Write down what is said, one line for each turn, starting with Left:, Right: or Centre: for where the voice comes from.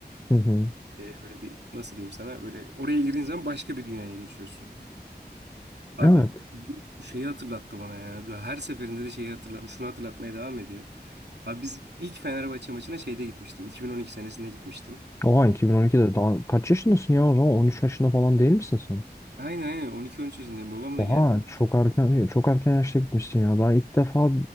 Left: Hı hı.
Right: E, böyle bir nasıl diyeyim sana böyle oraya girdiğin zaman başka bir dünyaya geçiyorsun. Abi
Left: Evet.
Right: bu şeyi hatırlattı bana ya. Her seferinde de şeyi hatırla, şunu hatırlatmaya devam ediyor. Abi biz ilk Fenerbahçe maçına şeyde gitmiştim. 2012 senesinde gitmiştim.
Left: Oha 2012'de
Right: E,
Left: daha kaç yaşındasın ya o zaman 13 yaşında falan değil misin sen?
Right: Aynen aynen 12-13 yaşındayım babamla
Left: Oha
Right: geldiydik.
Left: çok erken çok erken yaşta gitmişsin ya. Ben ilk defa